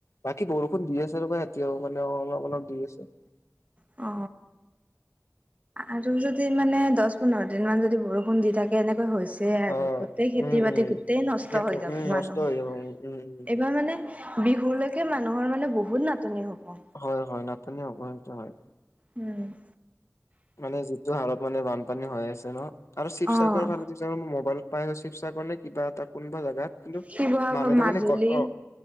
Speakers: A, on the left; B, on the right.
A: বাকী বৰষুণ দি আছে ৰবা এতিয়াও মানে অলপ অলপ দি আছে
B: অ আৰু যদি মানে দহ পোন্ধৰ দিন মান যদি বৰষুণ দি থাকে এনেকৈ হৈছে এয়াই
A: অ
B: আৰু গোটেই খেতি
A: উম
B: বাতি
A: উম
B: গোটই নষ্ট
A: সেইটো
B: হৈ যাব
A: উম নষ্ট
B: মানুহৰ
A: হৈ যাব উম উম উম
B: এইবাৰ মানে বিহুলৈকে মানুহৰ মানে বহুত নাটনি হ'ব
A: হয় হয় নাটনি হ'ব সেইটো হয়
B: উম
A: মানে যিটো হাৰত মানে বানপানী হৈ আছে ন আৰু শিৱসাগৰ
B: অ',
A: ফালে মই মোবাইলত পাই আছো শিৱসাগৰ নে কিবা এটা কোনোবা জেগাত কিন্তু
B: শিৱসাগৰ,
A: মানুহ
B: মাজুলী
A: তাৰ মানে অ